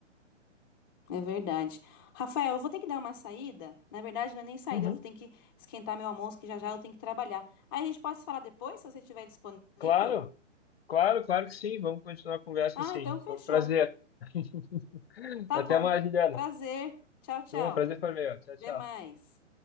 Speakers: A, on the left; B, on the left.
A: É verdade. Rafael, eu vou ter que dar uma saída. Na verdade, não é nem saída,
B: Uhum.
A: eu vou ter que esquentar meu almoço, que já já eu tenho que trabalhar. Aí a gente pode se falar depois, se você estiver disponível?
B: Claro, claro, claro que sim, vamos continuar a conversa
A: Ah,
B: assim,
A: então fechou.
B: foi um prazer. <laughs>
A: Tá
B: Até
A: bom.
B: mais, Juliana.
A: Prazer. Tchau, tchau.
B: Foi um prazer foi meu, tchau, tchau.
A: Até mais.